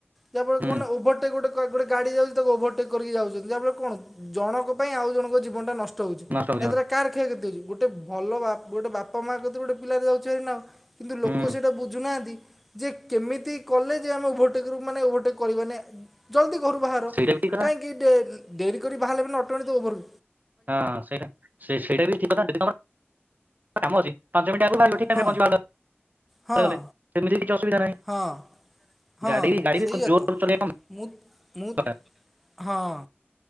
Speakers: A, in the centre; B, on the right (about 45°).
A: ଯାହାଫଳେରେ
B: ହୁଁ
A: କଣ ନା ଓଭରଟେକ୍ ଗୋଟେ କ ଗୋଟେ ଗାଡି ଯାଉଛି ତାକୁ ଓଭରଟେକ୍ କରିକି ଯାଉଛନ୍ତି ଯାହାଫଳେରେ କଣ ଉ ଜଣଙ୍କ ପାଇଁ ଆଉ ଜଣଙ୍କ ଜୀବନଟା ନଷ୍ ଟ ହଉଚି
B: ନଷ୍ଟ ହଉଛି
A: ଏଥିରେ
B: ହଁ
A: କାର କ୍ଷୟକ୍ଷତି ହଉଛି ଗୋଟେ ଭଲ ବା ଗୋଟେ ବାପା ମା କତିରୁ ଗୋଟେ ପିଲାଟେ ଯାଉଛି ଭାରି ନାଉ। କିନ୍ତୁ ଲୋକ
B: ହୁଁ
A: ସେଇଟା ବୁଝୁନାଆନ୍ତି। ଯେ କେମିତି କଲେ ଯେ ଆମେ ଓଭରଟେକରୁ ମାନେ ଓଭରଟେକ୍ କରିବାନେ। ଜଲ୍ଦି ଘରୁ ବାହାର
B: ସେଇଟା ବି ଠିକ
A: କାହିଁକି ଡେ ଉଁ ଡେରି କରି ବାହାରିଲେ ମାନେ ଅଟୋମେଟିକ୍ ତ ଓଭରୁ
B: ହଁ ସେଇଟା ସେ ସେଇଟା ବି ଠିକ୍ କଥା ଯଦି ତମର କାମ ଅଛି ପାଞ୍ଚ ମିଣ୍ଟି ଆଗୁରୁ ଭାରି ପଡି <unintelligible>
A: ହଁ ହଁ
B: ଗଲେ ସେମିତି କିଛି ଅସୁବିଧା ନାହିଁ।
A: ହଁ ହଁ
B: ଗାଡି ବି ଗାଡି ବି
A: ସେଇଆ
B: ଜୋର
A: ତ
B: ଚଲେଇବା କମ
A: ମୁଁ ମୁଁ
B: ଦରକାର
A: ହଁ।